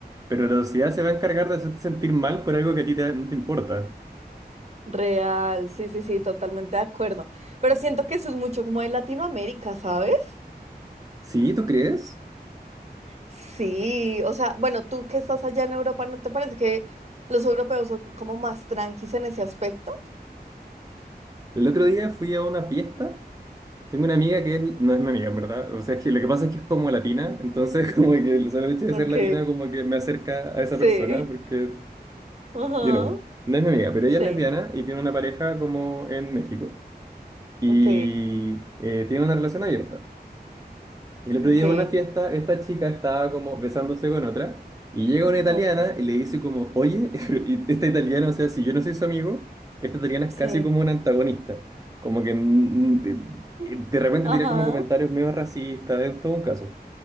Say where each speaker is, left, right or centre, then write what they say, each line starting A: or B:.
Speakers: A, on the right (about 20°); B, on the right (about 40°).
A: pero la sociedad se va a encargar de hacerte sentir mal por algo que a ti te- no te importa.
B: real, sí, sí, sí, totalmente de acuerdo. Pero siento que eso es mucho como de Latinoamérica, ¿sabes?
A: ¿Sí? ¿Tú crees?
B: Sí, o sea, bueno, tú que estás allá en Europa, ¿no te parece que los europeos son como más tranquis en ese aspecto?
A: El otro día fui a una fiesta. Tengo una amiga que es- no es mi amiga, en verdad. O sea, es que lo que pasa es que es como latina, entonces <laughs> como que el solo hecho de
B: Ok,
A: ser latina como que me acerca a
B: sí,
A: esa persona, porque,
B: ajá,
A: you know, no es mi amiga, pero
B: sí,
A: ella es lesbiana y tiene una pareja como en México. Y
B: ok,
A: eh, tiene una relación abierta. Y el otro
B: ok,
A: día en una fiesta, esta chica estaba como besándose con otra y llega una
B: ajá,
A: italiana y le dice como, oye, <laughs> y esta italiana, o sea, si yo no soy su amigo, esta italiana es
B: sí,
A: casi como una antagonista, como que mm, mm, de,
B: <laughs>
A: de repente tira
B: ajá,
A: como comentarios medio racistas, es todo un caso.